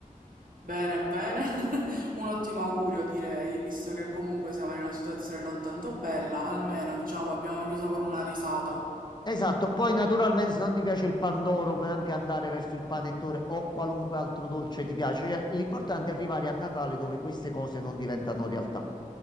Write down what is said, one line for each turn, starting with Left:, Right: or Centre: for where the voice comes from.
Right: bene, bene. <laughs> Un ottimo augurio direi, visto che comunque siamo in una situazione non tanto bella, almeno diciamo abbiamo chiuso con una risata.
Left: Esatto, poi naturalmente se non ti piace il pandoro puoi anche andare verso il panettone o qualunque altro dolce ti piace, cioè l'importante è arrivare a Natale dove queste cose non diventano realtà.